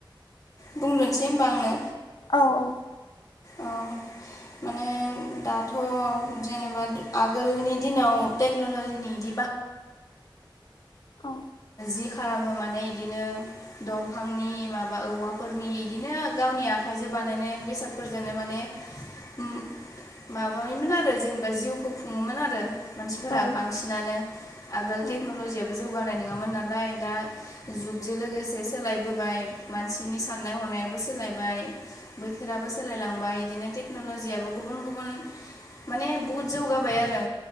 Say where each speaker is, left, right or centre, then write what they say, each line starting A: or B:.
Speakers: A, on the left; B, on the left.
A: बुंग्रोनोसै होनबा आंनो।
B: औ औ।
A: औ माने दाथ' जेनेबा आगोलनि दिनाव टेक्न'लजिनि बिदि बाहाय।
B: औ।
A: जि खालामो माने बिदिनो दंफांनि माबा औवाफोरनि बिदिनो गावनि आखायजों जे बानायनाय बेसादफोरजोंनो माने उम माबायोमोन आरो जेनेबा जिउखौ खुङोमोन आरो मानसिफोरा
B: औ
A: बांसिनानो आगोल
B: औ
A: टेक्न'लजियाबो जौ नाय नङामोन नालाय दा जुगजों लोगोसे सोलायबोबाय मानसिनि साननाय हनायाबो सो सोलायबाय बोथोराबो सोलायलांबाय बिदिनो टेक्न'ल'जियाबो गुबुन गुबुन माने बुहुद जौगाबाय आरो